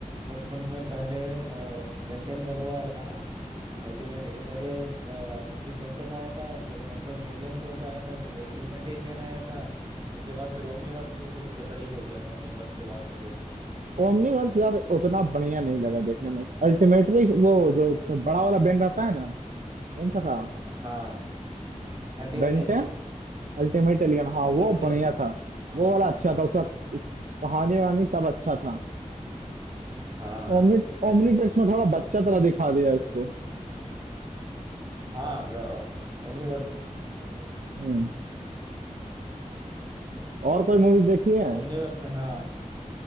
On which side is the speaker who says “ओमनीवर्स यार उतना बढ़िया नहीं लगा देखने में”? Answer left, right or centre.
Right